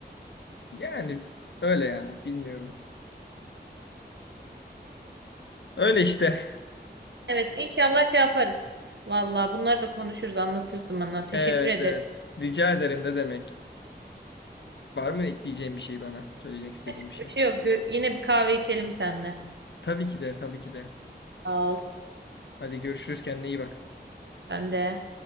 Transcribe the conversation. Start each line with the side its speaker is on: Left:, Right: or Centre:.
Left: Yani öyle ya bilmiyorum. Öyle işte.
Right: Evet inşallah şey yaparız. Valla bunları da konuşuruz anlatırsın bana. Teşekkür
Left: Evet,
Right: ederim.
Left: evet. Rica ederim ne demek. Var mı ekleyeceğin bir şey bana? Söyleyecek istediğim
Right: Başka
Left: bir şey.
Right: bir şey yok. Gö- Yine bir kahve içelim seninle.
Left: Tabii ki de, tabii ki de.
Right: Sağ ol.
Left: Hadi görüşürüz kendine iyi bak.
Right: Ben de.